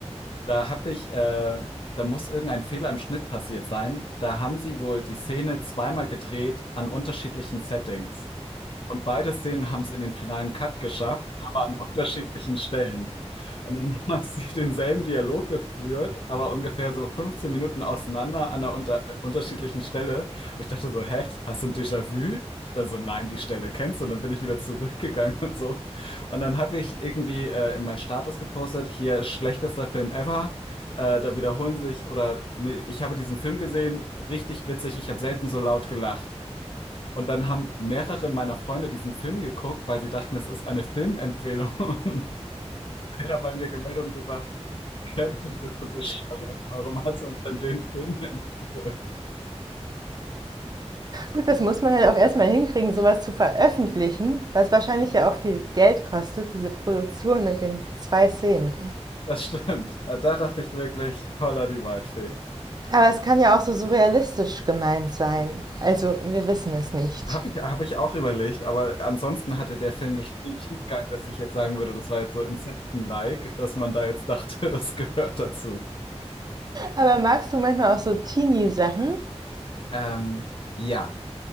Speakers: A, on the left (about 50°); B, on the right (about 35°).
A: da habe ich, äh, da muss irgendein Fehler im Schnitt passiert sein. Da haben sie wohl die Szene zweimal gedreht an unterschiedlichen Settings. Und beide Szenen haben es in den finalen Cut geschafft, aber an unterschiedlichen Stellen. Und dann <laughs> haben sie denselben Dialog geführt, aber ungefähr so 15 Minuten auseinander an einer unter äh, unterschiedlichen Stelle. Und ich dachte so, hä, hast du ein Déjà-vu? Dann so, nein, die Stelle kennst du. Und dann bin ich wieder zurückgegangen und so. Und dann habe ich irgendwie äh, in meinen Status gepostet, hier schlechtester Film ever. Äh, da wiederholen sich, oder nee, ich habe diesen Film gesehen, richtig witzig, ich habe selten so laut gelacht. Und dann haben mehrere meiner Freunde diesen Film geguckt, weil sie dachten, es ist eine Filmempfehlung. <laughs> Und der hat bei mir gemeldet und gesagt, Kevin, bist du bescheuert? Warum hast du uns denn den Film empfohlen?
B: Gut, das muss man halt auch erstmal hinkriegen, sowas zu veröffentlichen, was wahrscheinlich ja auch viel Geld kostet, diese Produktion mit den zwei Szenen.
A: Das stimmt. Äh, Da dachte ich wirklich, holla die Waldfee.
B: Aber es kann ja auch so surrealistisch gemeint sein. Also, wir wissen es nicht.
A: Habe ich, hab ich auch überlegt, aber ansonsten hatte der Film nicht viel Tiefgang, dass ich jetzt sagen würde, das war jetzt so Inception-like, dass man da jetzt dachte, <laughs> das gehört dazu.
B: Aber magst du manchmal auch so Teenie-Sachen?
A: Ähm, ja,